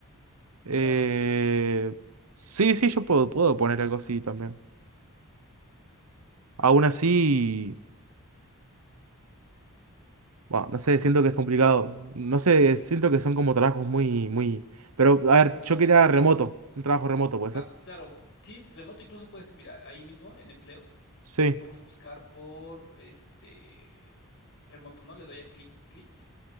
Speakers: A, on the right (about 80°); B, on the left (about 55°).
A: Eh,
B: Claro.
A: sí, sí, yo puedo, puedo poner algo así también. Aún así, bueno, no sé, siento que es complicado. No sé, siento que son como trabajos muy, muy... Pero, a ver, yo quería remoto, un trabajo remoto, ¿puede
B: Ah,
A: ser?
B: claro. Sí, remoto incluso puedes, mira, ahí mismo en empleos,
A: Sí,
B: vamos a buscar por este remoto, ¿no? Le doy a clic, clic.